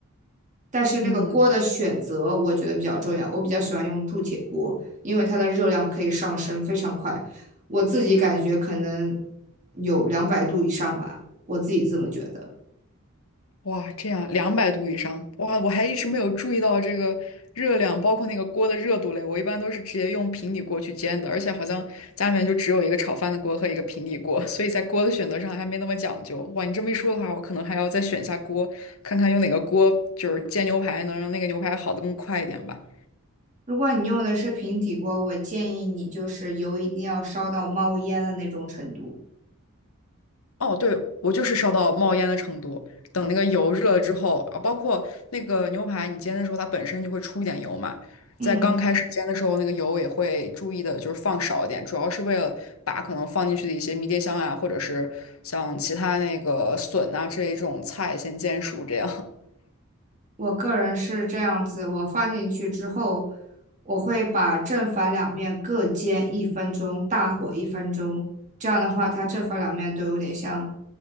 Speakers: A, on the right; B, on the left.
A: 但是那个锅的选择我觉得比较重要，
B: 嗯。
A: 我比较喜欢用铸铁锅，因为它的热量可以上升非常快，我自己感觉可能有两百度以上吧，我自己这么觉得。
B: 哇，这样两百度以上，哇，我还一直没有注意到这个热量，包括那个锅的热度嘞。我一般都是直接用平底锅去煎的，而且好像家里面就只有一个炒饭的锅和一个平底锅，<laughs> 所以在锅的选择上还没那么讲究。哇，你这么一说的话，我可能还要再选一下锅，看看用哪个锅，就是煎牛排能让那个牛排好的更快一点吧。
A: 如果你用的是平底锅，我建议你就是油一定要烧到冒烟的那种程度。
B: 哦，对，我就是烧到冒烟的程度。等那个油热了之后，啊，包括那个牛排，你煎的时候它本身就会出一点油嘛，
A: 嗯。
B: 在刚开始煎的时候，那个油也会注意的，就是放少一点，主要是为了把可能放进去的一些迷迭香啊，或者是像其他那个笋啊这一种菜先煎熟，这样。<laughs>
A: 我个人是这样子，我放进去之后，我会把正反两面各煎一分钟，大火一分钟。这样的话，它正反两面都有点像